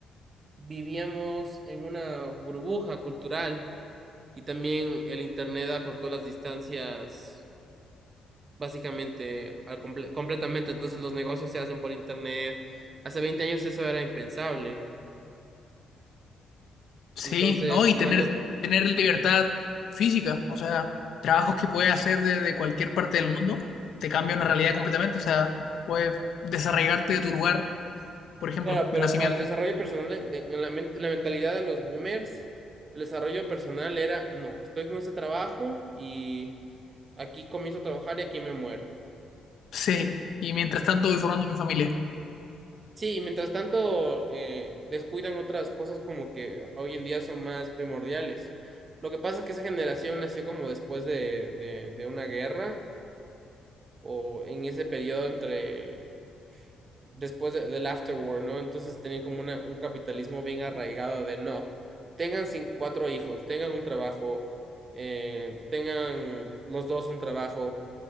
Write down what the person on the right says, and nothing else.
vivíamos en una burbuja cultural y también el internet acortó las distancias básicamente al comple- completamente. Entonces los negocios se hacen por internet. Hace 20 años eso era impensable.
Entonces,
llevando,
claro, pero
para el desarrollo personal, de- de- en la, men- en la mentalidad de los boomers, el desarrollo personal era, no, estoy con este trabajo y aquí comienzo a trabajar y aquí me muero.
Sí, y mientras tanto eh, descuidan otras cosas como que hoy en día son más primordiales. Lo que pasa es que esa generación nació como después de, de de una guerra o en ese periodo entre el- después de- del after war, ¿no? Entonces tenían como una- un capitalismo bien arraigado de no, tengan cinco cuatro hijos, tengan un trabajo, eh, tengan los dos un trabajo,